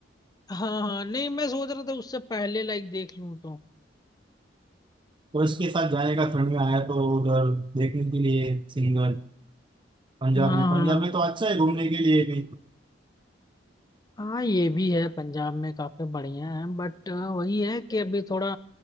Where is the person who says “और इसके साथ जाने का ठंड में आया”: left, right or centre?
Right